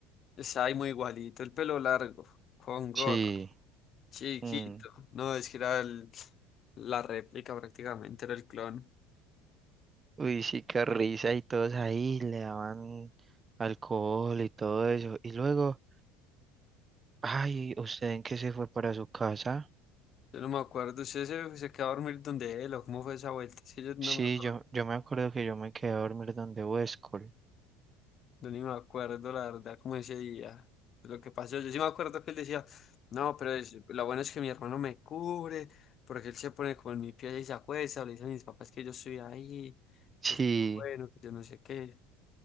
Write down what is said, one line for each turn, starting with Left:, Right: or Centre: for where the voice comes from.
Left: Está ahí muy igualito, el pelo largo, con gorro.
Right: Sí,
Left: Chiquito.
Right: mm.
Left: No, es que era el- la réplica prácticamente, era el clon.
Right: Uy, sí, qué risa, y todos ahí le daban alcohol y todo eso. Y luego, ay, ¿usted en qué se fue para su casa?
Left: Yo no me acuerdo, ¿usted se, se quedó a dormir donde él o cómo fue esa vuelta? Es que yo no
Right: Sí,
Left: me acuerdo,
Right: yo, yo me acuerdo que yo me quedé a dormir donde Huescol.
Left: yo ni me acuerdo la verdad cómo ese día, lo que pasó. Yo sí me acuerdo que él decía, no, pero es- lo bueno es que mi hermano me cubre, porque él se pone como en mi pie y se acuesta, o le dicen a mis papás que yo estoy ahí,
Right: Sí.
Left: es muy bueno, que yo no sé qué.